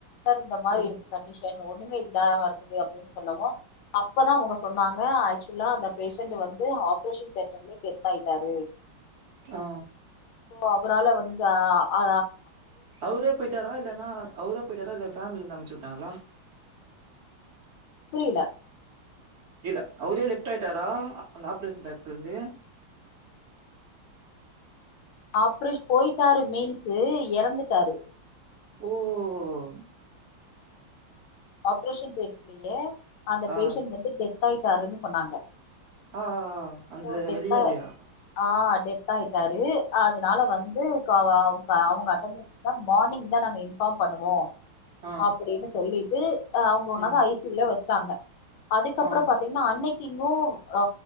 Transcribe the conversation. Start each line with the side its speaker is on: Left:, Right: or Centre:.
Left: சார் இந்த மாரி
Right: ம்
Left: இருக்கு கண்டிஷன் ஒண்ணுமே இல்லாம இருக்குது அப்டின்னு சொல்லவும் அப்பதான் அவுங்க சொன்னாங்க ஆக்சுவலா அந்த பேஷண்ட் வந்து ஆப்ரேஷன் தேட்டர்லயே டெத் ஆயிட்டாரு
Right: ஆ
Left: சோ அவரால வந்து அ
Right: அவரே போயிட்டாரா இல்லன்னா அவரே போயிட்டாரா இல்ல ஃபேமில இருந்து அனுப்ச்சு வுட்டாங்களா
Left: புரியல
Right: இல்ல அவரே லெஃப்ட் ஆயிட்டாரா ஆபரேன்ஷன் தேட்டர்லருந்து
Left: ஆப்ரேஷ் போயிட்டாரு மீன்ஸ் இது இறந்துட்டாரு
Right: ஓஓஓ
Left: ஆப்ரேஷன் தேட்டர்லயே அந்த
Right: ஆ
Left: பேஷன்ட் வந்து டெத் ஆயிட்டாருன்னு சொன்னாங்க
Right: ஆ அந்த
Left: சோ டெத்தா
Right: வெள்ளியாலியா
Left: ஆ டெத் ஆயிட்டாரு வந்து அதனால வந்துஅவ அவுங்க மார்னிங் தான் நா இன்ஃபார்ம் பண்ணுவோ
Right: ஆ
Left: அப்பிடின்னு சொல்லி ம் ஆ அவங்க உன்னொன்னு
Right: ம்
Left: ஐ சி யு ல வச்சிட்டாங்க அதுக்கப்புறோ
Right: ஆ
Left: பாத்தீங்கன்னா அன்னக் கி இன்னு ஆ